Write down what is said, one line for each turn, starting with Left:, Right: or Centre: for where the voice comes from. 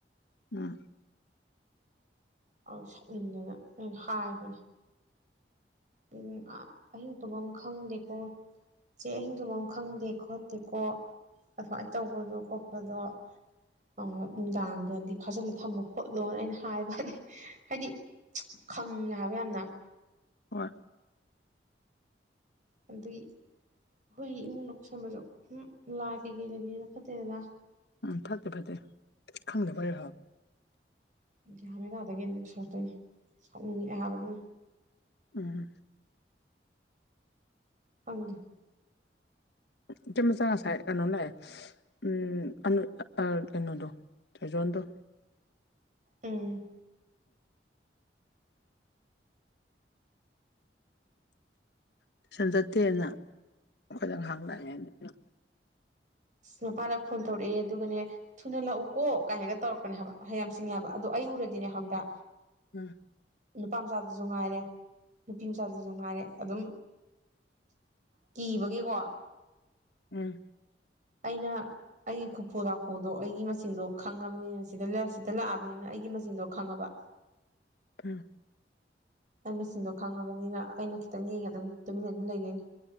Left: ꯎꯝ
Right: ꯑꯥ ꯁꯥꯎꯅꯤꯡꯗꯅ ꯑꯩꯅ ꯍꯥꯏꯕꯅꯦ ꯎꯝ ꯑꯥ ꯑꯍꯤꯡ ꯇꯨꯝꯐꯝ ꯈꯪꯗꯦꯀꯣ ꯆꯦ ꯑꯍꯤꯡ ꯇꯨꯝꯐꯝ ꯈꯪꯗꯦ ꯈꯣꯠꯇꯦꯀꯣ ꯑꯁꯨꯃꯥꯏꯅ ꯇꯧꯕꯗꯣ ꯈꯣꯠꯄꯗꯣ ꯑꯥ ꯅꯨꯡꯗꯥꯡꯗꯗꯤ ꯐꯥꯖꯜꯂ ꯊꯝꯃꯨ ꯈꯣꯠꯂꯣꯅ ꯑꯩꯅ ꯍꯥꯏꯕꯅꯦ ꯍꯥꯏꯗꯤ ꯈꯪꯉꯦ ꯍꯥꯏꯕ ꯌꯥꯝꯅ
Left: ꯍꯣꯏ
Right: ꯑꯗꯨꯏ ꯍꯨꯏ ꯏꯃꯨꯡꯗ ꯄꯨꯁꯟꯃꯁꯨ ꯎꯝ ꯂꯥꯏ ꯀꯩꯀꯩ ꯂꯩꯕꯅꯤꯅ ꯐꯠꯇꯦꯗꯅ
Left: ꯎꯝ ꯐꯇꯦ ꯐꯇꯦ ꯈꯪꯗꯕꯩꯔ
Right: ꯒ꯭ꯌꯟ ꯃꯦꯟ ꯇꯗꯒꯧ ꯑꯗꯨꯝ ꯁꯔꯛꯇꯣꯏꯅꯦ ꯁꯥꯎꯅꯤꯡꯉꯛꯑꯦ ꯍꯥꯏꯕ ꯑꯗꯨꯅ
Left: ꯎꯝ
Right: ꯍꯪꯗꯦ
Left: ꯏꯆꯝꯆ ꯉꯁꯥꯏ ꯀꯩꯅꯣ ꯂꯛꯑꯦ ꯎꯝ ꯑꯥ ꯑꯅꯣꯗꯣ ꯆꯖꯣꯗꯣ
Right: ꯎꯝ
Left: ꯇꯨꯏꯁꯟ ꯆꯠꯇꯦꯅ ꯑꯩꯈꯣꯏ ꯉꯍꯥꯡ ꯂꯥꯛꯑꯦꯅ
Right: ꯃꯄꯥꯅ ꯐꯣꯟ ꯇꯧꯔꯛꯑꯦ ꯑꯗꯨꯒꯅꯦ ꯊꯨꯅ ꯂꯥꯛꯎ ꯀꯣ ꯀꯥꯏꯅꯒ ꯇꯧꯔꯛꯄꯅꯦ ꯍꯥꯏꯕ ꯍꯩꯌꯝ ꯁꯤꯡꯉꯦ ꯍꯥꯏꯕ ꯑꯗꯣ ꯑꯩ ꯎꯔꯗꯤꯅꯦ ꯈꯪꯕ꯭ꯔ
Left: ꯎꯝ
Right: ꯅꯨꯄꯥ ꯃꯆꯥꯗꯨꯁꯨ ꯉꯥꯏꯔꯦ ꯅꯨꯄꯤ ꯃꯆꯥꯗꯨꯁꯨ ꯉꯥꯏꯔꯦ ꯑꯗꯨꯝ ꯀꯤꯕꯒꯤꯀꯣ
Left: ꯎꯝ
Right: ꯑꯩꯅ ꯑꯩꯒꯤ ꯈꯨꯐꯨ ꯂꯥꯛꯐꯨꯗꯣ ꯑꯩꯒꯤ ꯃꯁꯤꯡꯆꯗꯣ ꯈꯪꯉꯕꯅꯤꯅ ꯁꯤꯗ ꯁꯤꯗ ꯂꯥꯛꯑꯕꯅꯤꯅ ꯑꯩꯒꯤ ꯃꯁꯤꯡꯆꯗꯣ ꯈꯪꯉꯕ
Left: <unintelligible>
Right: ꯑꯩ ꯃꯆꯤꯟꯗꯣ ꯈꯪꯉꯕꯅꯤꯅ ꯑꯩꯅ ꯈꯤꯇꯪ ꯌꯦꯡꯉ ꯑꯗꯨ ꯇꯨꯃꯤꯟꯅ ꯑꯗꯨꯝ ꯂꯩꯔꯣꯏꯅꯦ